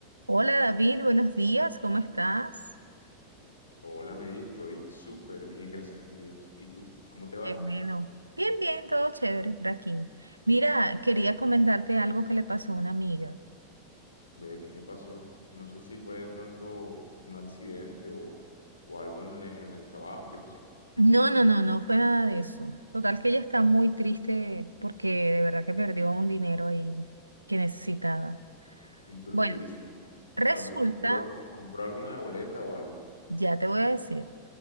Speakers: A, on the right; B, on the left.
A: Hola David, buenos días, ¿cómo estás?
B: Hola Mary, estoy súper bien, gracias a Dios. ¿Y tú? ¿Cómo te va?
A: Qué bueno. Bien, bien, todo chévere por aquí. Mira, quería comentarte algo que le pasó a una amiga.
B: Ve, ¿qué te pasó? No sé si fue de pronto un accidente o, o algo en, en el trabajo. ¿Qué pasó?
A: No, no, no, no fue nada de eso. Total que ella está muy triste porque de verdad que perdió un dinero ahí que necesitaba.
B: ¿Y pero
A: Bueno,
B: ¿qué hizo?
A: resulta,
B: ¿Algo, compró, o- compró alguna boleta o algo?
A: ya te voy a decir,